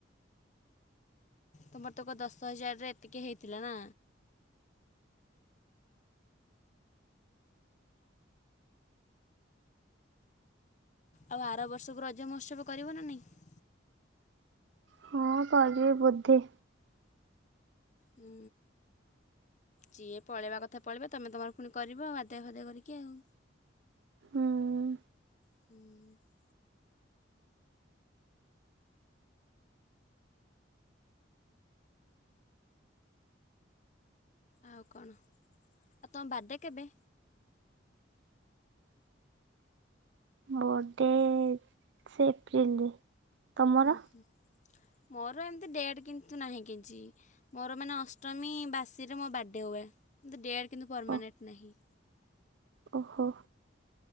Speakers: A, on the left; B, on the right.
A: ତୁମର ତକ ଦଶ ହଜାରରେ ଏତିକି ହେଇଥିଲା ନା। ଆଉ ଆର ବର୍ଷକୁ ରଜମହୋତ୍ସବ କରିବ ନା ନାହିଁ?
B: ହଁ କରିବେ ବୋଧେ।
A: ହୁଁ। ଯିଏ ପଳେଇବା କଥା ପଳେଇବେ ତମେ ତମର ପୁଣି କରିବ ଆଦାୟ ଫାଦାୟ କରିକି ଆଉ।
B: ହଁ।
A: ହୁଁ। ଆଉ କଣ, ଆଉ ତମ ବାଡେ କେବେ?
B: ମୋ ବଡେ ସେ ଏପ୍ରିଲରେ। ତମର
A: ଉ ହୁଁ ମୋର ଏମିତି ଡେଟ୍ କିନ୍ତୁ ନାହିଁ କିଛି। ମୋର ମାନେ ଅଷ୍ଟମୀ ବାସିରେ ମୋ ବାଡ଼େ ହୁଏ। କିନ୍ତୁ ଡେଟ୍ କିନ୍ତୁ ପରମାନେଣ୍ଟ୍
B: ଓ
A: ନାହିଁ।
B: ଓହୋ।